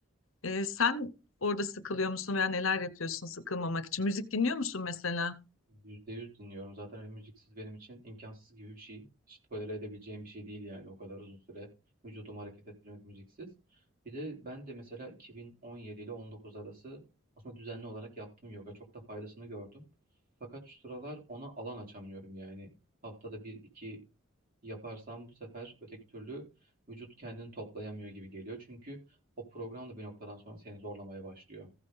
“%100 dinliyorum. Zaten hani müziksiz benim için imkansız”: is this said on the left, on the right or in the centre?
Right